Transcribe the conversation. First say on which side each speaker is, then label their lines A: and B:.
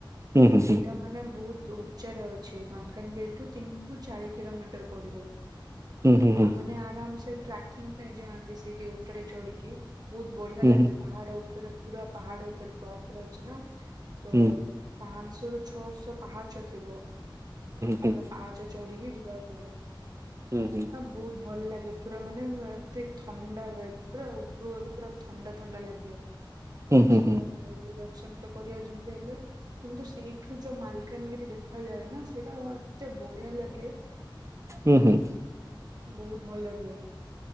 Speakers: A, on the right; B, on the right.
A: ହୁଁ ହୁଁ
B: ସେଇଟା ମାନେ ବହୁତ ଉଚ୍ଚାରେ ଅଛି ମାଲକାନଗିରିଠୁ ତିନି ଚାରି କିଲୋମିଟର ପଡିବ
A: ହୁଁ ହୁଁ
B: ଆଉ
A: ହୁଁ
B: ଆରାମ ସେ ଟ୍ରା ିଙ୍ଗ ପାଇଁ ଯାଆନ୍ତି ସେଇଠି ଉପରେ ଚଢିକି ବହୁତ ବଢିଆ ଲାଗେ
A: ହୁଁ
B: ପାହାଡ ଉପରେ ପୁରା ପାହାଡ ଉପରେ ଟପ ର ଅଛି ନା ତ
A: ହୁଁ
B: ପାଞ୍ଚଶହରୁୁ ଛଅଶହ ପାଞ୍ଚ ଥିବ।
A: ହୁଁ ହୁଁ
B: ହେଲେ ପା ଚଢିକି ଯିବାକୁ ପଡିବ।
A: ହୁଁ ହୁଁ
B: ବହୁତ ଭଲ ଲାଗେ ପୁରା ମାନେ ଏମତି ଥଣ୍ଡା ହୁ ପୁରା ଉପରୁ ଗଲେ ପୁରା ଥଣ୍ଡା ଥଣ୍ଡା ଲାଗିବ ଆଉ
A: ହୁଁ
B: ଶିବଙ୍କୁ
A: ହୁଁ ହୁଁ
B: ଦର୍ଶନ ତ କରିବା ଯେମିତି ହେଲେ କିନ୍ତୁ ସେଇଠୁ ଯୋଉ ମାଲକାନଗିରି ଦେଖାଯାଏ ନା ସେଇଟା ମତେ ବଢିଆ ଲାଗେ!
A: ହୁଁ ହୁଁ
B: ବହୁତ ଭଲ ରୁହେ।